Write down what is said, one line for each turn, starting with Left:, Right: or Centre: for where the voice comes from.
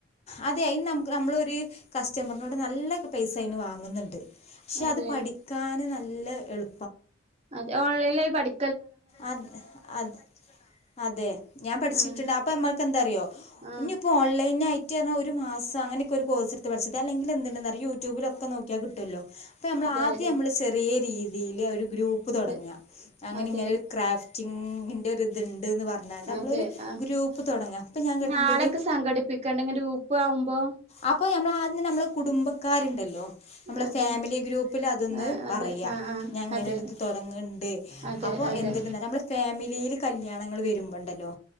Left: അതെ അയിന് നമുക്ക് നമ്മളൊര് കസ്റ്റമറിനോട് നല്ല പൈസ അയിന് വാങ്ങുന്നു ണ്ട് ഷേ
Right: അതെ
Left: അത് പഠിക്കാന് ന നല്ല എള്
Right: അതെ ഓൺലൈനായ് പഠി
Left: അ അ അതെ ഞാൻ പഠിച്ചിട്ട്ണ്ട്
Right: ആഹ്
Left: അപ്പൊ നമ്മക്ക് എന്താറിയോ
Right: ആഹ്
Left: ഇനിയിപ്പോ ഓൺലൈനായ് ട്ട് പറഞ്ഞാ ഒരുമാസ അങ്ങനൊക്കെ ഒരു കോഴ്സ് എടുത്ത് പഠിച്ചതാ അല്ലെങ്കില് എന്തുണ്ടെന്നറിയോ ഈ യൂട്യൂബിലൊക്കെ നോക്കിയാ കിട്ടുല്ലൊ അപ്പൊ മ്മള്
Right: അതെ
Left: ആദ്യമ്മള്
Right: അതെ
Left: ചെറിയ രീതി തീയില് അവര് ഗ്രൂപ്പ് തൊടങ്ങാ
Right: അതെ
Left: അങ്ങനെ
Right: അതെ
Left: ഇങ്ങനെ ക്രാഫ്റ്റിങ്ങിൻ്റെ ഒരിതി ണ്ടിന്ന് പറഞ്ഞാണ്ട് നമ്മളൊരു
Right: അതെ ആഹ്
Left: ഗ്രൂപ്പ് തൊടങ്ങാ അപ്പൊ ഞാൻ കേട്ടിണ്ടൊരു
Right: നാളെയൊക്കെ സംഘടിപ്പിക്കണ്ടെ ഇങ്ങനെ ഗ്രൂപ്പ് ആവുമ്പോ
Left: അപ്പൊ ഞമ്മള് ആ നമ്മള് കുടുംബക്കാരി ല്ലോ നമ്മെ
Right: അതെ
Left: ഫാമിലി ഗ്രൂപ്പിൽ അതൊന്ന്
Right: ആഹ്
Left: പറയാ
Right: അതെ ആഹ് ആഹ്
Left: ഞാങ്ങനെ
Right: അതെ
Left: തുടണ്ട്
Right: അതെ
Left: അപ്പൊ
Right: അതെ
Left: എ ഫാമിലിയിയില് കല്യാണങ്ങൾ വരുമ്പോണ്ടല്ലോ